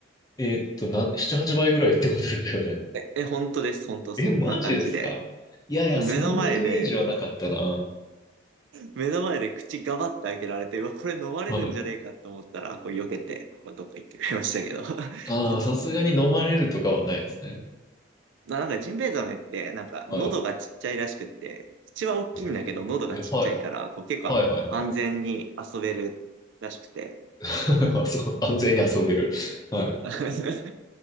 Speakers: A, on the left (about 20°); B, on the right (about 65°).
A: う、えーっと、なん、7、8倍ぐらいってことですよね。
B: え、え、本当です。本当、
A: え、
B: そんな感じで。
A: マジですかいやいや、
B: もう目の前で、
A: そんなイメージはなかったな。
B: 目の前で口がばって開けられて、うわ、これ飲まれるんじゃねえかと思ったら、
A: はい。
B: こう避けて、こうどっか行ってくれましたけど。<laughs>
A: ああ、さすがに飲まれるとかはないですね。
B: ななんかジンベエザメって、なんか喉がちっちゃいらしくって、
A: はい。
B: 口は大きいんだけど、
A: え
B: 喉がちっちゃいから、
A: ー、えはい。
B: こう結構安全に遊べるらしくて。
A: はいはいはい。<laughs> そう、安全に遊べる。はい。
B: <laughs>